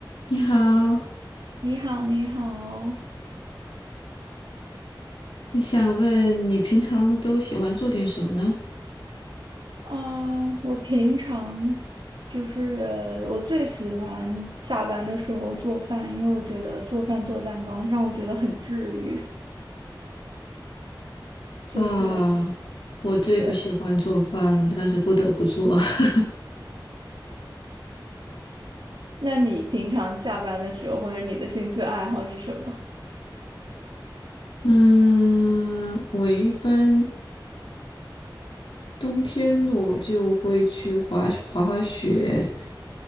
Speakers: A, on the left; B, on the right.
A: 你好，
B: 你好，你好，
A: 我想问你平常都喜欢做点什么呢？
B: 嗯、我平常就是我最喜欢下班的时候做饭，因为我觉得做饭做蛋糕让我觉得很治愈。就是
A: 啊，我最不喜欢做饭了，
B: 对，
A: 但是不得不做。<laughs>
B: 那你平常下班的时候或者你的兴趣爱好是什么？
A: 嗯，我一般冬天我就会去滑滑滑雪。